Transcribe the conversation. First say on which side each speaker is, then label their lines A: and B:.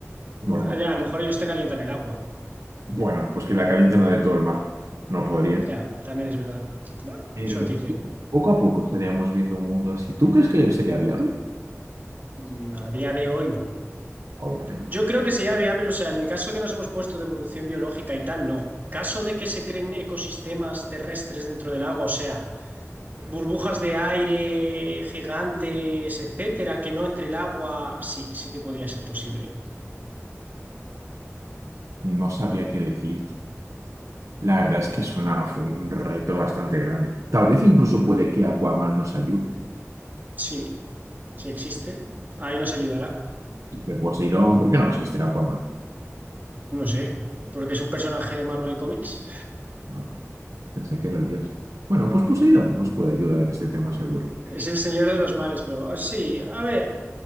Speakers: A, on the right; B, on the right.
A: normal.
B: Ya, a lo mejor ellos te calientan el agua.
A: Bueno, pues que la calienten la de todo el mar. No podría.
B: Ya, también es verdad. Bueno,
A: Pero
B: Sortife.
A: poco a poco estaríamos viendo un mundo así. ¿Tú crees que sería viable?
B: Mm, A día de hoy no.
A: Obviamente.
B: Yo creo que sería viable, o sea, en el caso que nos hemos puesto de evolución biológica y tal, no. Caso de que se creen ecosistemas terrestres dentro del agua, o sea, burbujas de aire gigantes, etcétera, que no entre el agua, sí, sí que podría ser posible.
A: No sabría qué decirte. La verdad es que suena fue un reto bastante grande. Tal vez incluso puede que Aquaman nos ayude.
B: Sí, sí existe. Ahí nos ayudará.
A: De Poseidón, ¿por qué no existe Aquaman?
B: No sé, porque es un personaje de Marvel Comics.
A: No, Pensé que era el dios. Bueno, pues Poseidón nos puede ayudar en este tema seguro.
B: Es el señor de los mares, pero ah, sí, a ver.